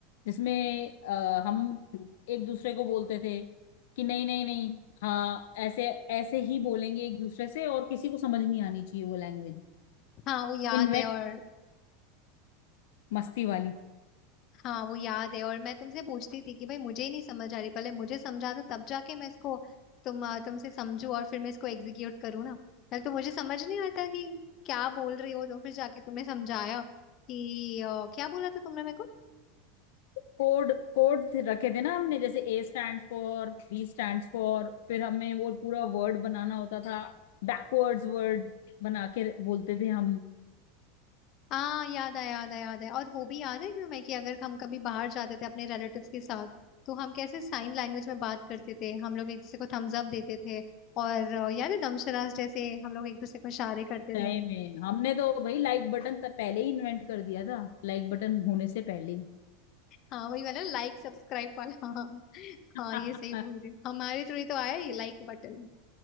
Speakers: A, on the left (about 70°); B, on the left (about 35°).
A: जिसमें अ, हम एक दूसरे को बोलते थे कि नहीं नहीं नहीं हाँ ऐसे ऐसे ही बोलेंगे एक दूसरे से और किसी को समझ नहीं आनी चाहिए वो लैंग्वेज
B: हाँ वो याद
A: इन्वेंट
B: है और
A: मस्ती वाली
B: हाँ वो याद है और मैं तुमसे पूछती थी कि भाई मुझे ही नहीं समझ आ रही पहले मुझे समझा दो तब जाके मैं इसको तुम अ, तुमसे समझू और फिर मैं इसको एग्जीक्यूट करूँ ना पहले तो मुझे समझ नहीं आता कि क्या बोल रही हो तो फिर जाके तुमने समझाया कि अ, क्या बोला था तुमने मेरे को
A: कोड कोड रखे थे ना हमने जैसे A stand for B stand for फिर हमें वो पूरा वर्ड बनाना होता था बैकवर्ड्स वर्ड बना के बोलते थे हम
B: हाँ याद आया याद आया याद आया और वो भी याद है क्यों मैं कि अगर हम कभी बाहर जाते थे अपने रिलेटिव्स के साथ तो हम कैसे साइन लैंग्वेज में बात करते थे हम लोग एक दूसरे को थम्स अप देते थे और अ, याद है दमशरास जैसे हम लोग एक दूसरे को इशारे करते
A: तय
B: थे
A: में हमने तो भाई लाइक बटन तब पहले ही इन्वेंट कर दिया था लाइक बटन होने से पहले ही
B: हाँ वही वाला लाइक सब्सक्राइब वाला हाँ
A: <laughs>
B: हाँ ये सही बोल रही हूँ हमारे थ्रू ही तो आया ये लाइक बटन